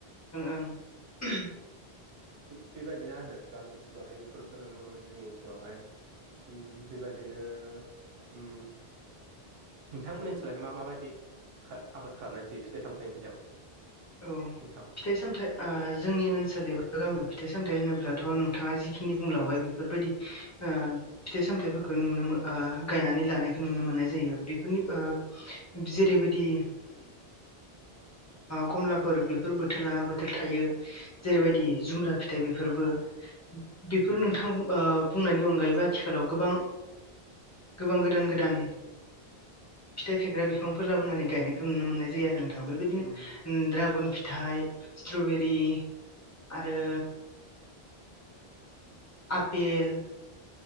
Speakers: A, on the left (about 20°); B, on the right (about 70°).
A: ओं <inaudible>
B: थिग बेबायदिनो आरो गामि ओनसोलावहाय बेफोरखौ नुनो मोनो जोंनि ओनसोलावहाय। उम बेबायादिनो उम नोंथांमोननि सोलायहाय मा मााबायदि आबाद खालामनायसायो फिथाइ सामथाइनि बेलायाव।
A: औ
B: नोंथां
A: फिथाइ सामथाइ ओ जोंनि ओनसोल एबा गामियाव फिथाइ सामथायाइ होनोब्लाथ' नोंथाङा जिखिनि बुंलांबाय बेफोरबायदि ओ फिथाइ सामथायाइफोरखौ नुनो मोन गायनानै लानायखौ नुनो मोननाय जायो बेफोरनि ओ जेरैबायदि <inaudible> खमलाफोर बेफोर बोथोर लाना बोथोर थायो। जेरैबायदि जुमब्रा फिथाइ बेफोरबो बेफोर
B: उम
A: नोंथां ओ बुंनायनि अनगायैबो आथिखालाव गोबां गोबां गोदान गोदान फिथाइ थायग्रा बिफांफोर लाबोनानै गायनायखौ नुनो मोननाय जायो आरो नोंथां। बेबायदिनो
B: उम
A: ड्रागन फिथाइ स्ट्रबेरि आरो आपेल